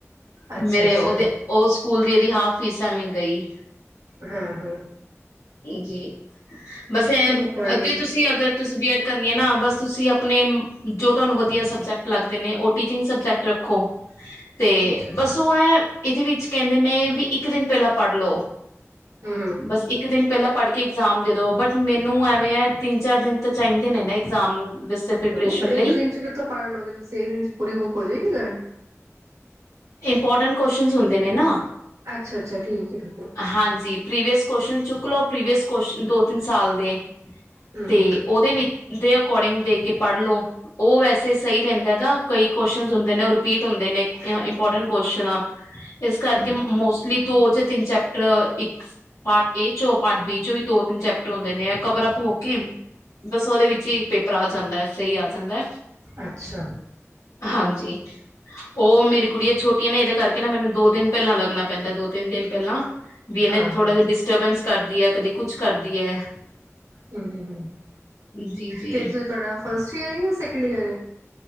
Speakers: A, on the right (about 75°); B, on the left (about 85°).
A: ਅੱਛਾ-ਅੱਛਾ।
B: ਮੇਰੇ ਉਹਦੇ ਉਹ ਸਕੂਲ ਦੀ ਏਦੀ ਹਾਫ ਫੀਸ ਐਵੇਂ ਗਈ
A: ਹਾਂ-ਹਾਂ
B: ਜੀ ਬਸ
A: ਚਲੋ
B: <unintelligible>
A: ਕੋਈ
B: ਅੱਗੇ
A: ਨੀ
B: ਤੁਸੀਂ ਅਗਰ ਤੁਸੀਂ ਬੀ ਐਡ ਕਰਨੀਆ ਨਾ ਬਸ ਤੁਸੀਂ ਆਪਣੇ ਜੋ ਤੁਹਾਨੂੰ ਵਧੀਆ ਸਬਜੈਕਟਸ ਲੱਗਦੇ ਨੇ ਉਹ ਟੀਚਿੰਗ ਸਬਜੈਕਟ ਰੱਖੋ ਤੇ
A: ਅੱਛਾ ਅੱਛਾ
B: ਬਸ ਉਹ ਹੈ ਇਹਦੇ ਵਿੱਚ ਕਹਿੰਦੇ ਨੇ ਵੀ ਇੱਕ ਦਿਨ ਪਹਿਲਾਂ ਪੜ੍ਹ ਲਓ
A: ਹੂੰ ਹੂੰ
B: ਬਸ ਇੱਕ ਦਿਨ ਪਹਿਲਾਂ ਪੜ੍ਹ ਕੇ ਇਗਜ਼ਾਮ ਦੇ ਦੋ ਬਟ ਮੈਨੂੰ ਐਵੇਂ ਹੈ ਤਿੰਨ ਚਾਰ ਦਿਨ ਤਾਂ ਚਾਹੀਦੇ ਨੇ ਨਾ ਇਗਜ਼ਾਮ ਵੈਸੇ ਪ੍ਰੀਪਰੇਸ਼ਨ
A: ਹਾਂ ਇੱਕ
B: ਲਈ
A: ਦਿਨ ਚ ਕਿੱਥੋਂ ਪੜ੍ਹ ਲੋਗੇ ਤੁਸੀਂ ਇੱਕ ਦਿਨ ਚ ਪੂਰੀ ਬੁੱਕ ਹੋ ਜਾਏਗੀ ਲ੍ਰਨ
B: ਇੰਪੋਰਟੈਂਟ ਕੁਅਸ਼ਨ ਹੁੰਦੇ ਨੇ ਨਾ
A: ਅੱਛਾ ਅੱਛਾ ਠੀਕ ਠੀਕ ਹੈ
B: ਹਾਂਜੀ ਪ੍ਰੀਵੀਅਸ ਕੋਸ਼ਨ ਚੁੱਕ ਲੋ ਪ੍ਰੀਵੀਅਸ ਕੁਸ਼ਨ ਦੋ ਤਿੰਨ ਸਾਲ ਦੇ
A: ਹੂੰ
B: ਤੇ ਉਹਦੇ ਵਿੱਚ ਦੇ ਅਕੋਰਡਿੰਗ ਦੇਖ ਕੇ ਪੜ੍ਹ ਲੋ ਉਹ ਵੈਸੇ ਸਹੀ ਰਹਿੰਦਾ ਹੈ ਗ ਕਈ ਕੁਸਚਨ ਹੁੰਦੇ ਨੇ ਉਹ ਰਿਪੀਟ ਹੁੰਦੇ ਨੇ ਇੰਪੋਰਟੈਂਟ ਕੁਸ਼ਨਾ ਇਸ ਕਰਕੇ
A: ਹੂੰ
B: ਮੋਸਟਲੀ ਦੋ ਜਾਂ ਤਿੰਨ ਚੈਪ ਚ ਪਾਰਟ ਏ ਚ ਪਾਰਟ ਬੀ ਚ ਵੀ ਦੋ ਤਿੰਨ ਚੈਪਟਰ ਹੁੰਦੇ ਨੇ ਕਵਰ ਅ ਹੋ ਕੇ ਬਸ ਓਦੇ ਵਿਚ ਹੀ ਪੇਪਰ ਆ ਜਾਂਦਾ ਹੈ ਸਹੀ ਆ ਜਾਂਦਾ
A: ਅੱਛਾ
B: ਹਾਂਜੀ ਉਹ ਮੇਰੀ ਕੁੜੀ ਛੋਟੀ ਏ ਇਹਦੇ ਕਰਕੇ ਨਾ ਮੈਨੂੰ ਦੋ ਦਿਨ ਪਹਿਲਾਂ ਲੱਗਣਾ ਪੈਂਦਾ ਦੋ ਤਿੰਨ ਦਿਨ ਪਹਿਲਾਂ ਬੀ ਐਨੇ
A: ਹਾਂ
B: ਥੋੜਾ
A: ਹਾਂ
B: ਜਿਆ ਡਿਸਟਰਬੈਂਸ ਕਰਦੀ ਹੈ ਕਦੇ ਕੁਛ ਕਰਦੀ ਹੈ
A: ਹਮ ਹਮ
B: ਜੀ ਜੀ
A: ਤੇ ਤੁਹਾਡਾ ਫਸਟ ਈਅਰ ਜਾ ਸੈਕ ਕਲੀਅਰ <inaudible>